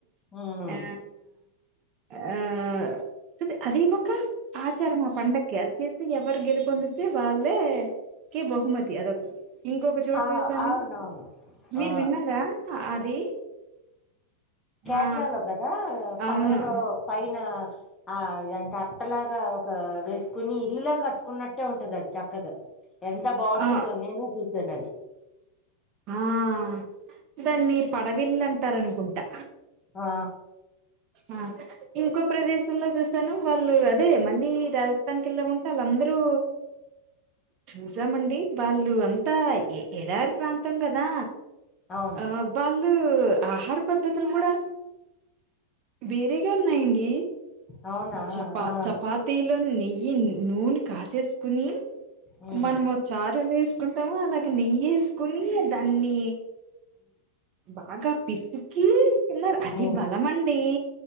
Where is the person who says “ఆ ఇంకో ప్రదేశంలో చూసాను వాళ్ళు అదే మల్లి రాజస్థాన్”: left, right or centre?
Right